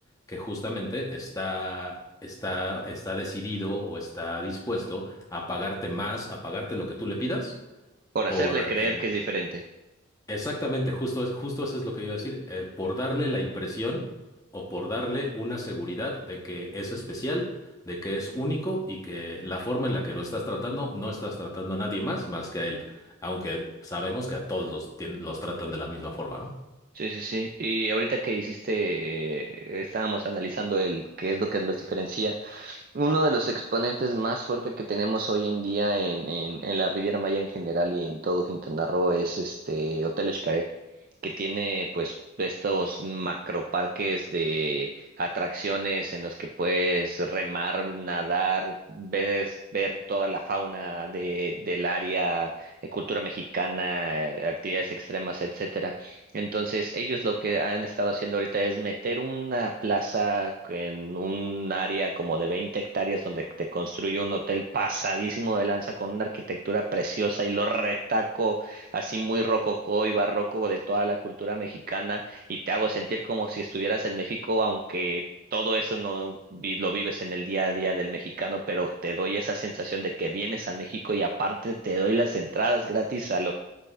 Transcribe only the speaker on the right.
por
hacerle creer
que es diferente.
Sí, sí, sí. Y ahorita que hiciste, eh, estábamos analizando el qué es lo que los diferencia. Uno de los exponentes más fuertes que tenemos hoy en día en, en, en la Riviera Maya en general y en todo Quintana Roo es este Hotel Xcaret, que tiene pues estos macroparques de atracciones en los que puedes remar, nadar, ves, ver toda la fauna de, del área, eh, cultura mexicana, eh, actividades extremas, etc. Entonces, ellos lo que han estado haciendo ahorita es meter una plaza en un área como de 20 hectáreas donde te construye un hotel pasadísimo de lanza con una arquitectura preciosa y lo retaco así muy rococó y barroco de toda la cultura mexicana y te hago sentir como si estuvieras en México, aunque todo eso no vi- lo vives en el día a día del mexicano, pero te doy esa sensación de que vienes a México y aparte te doy las entradas gratis a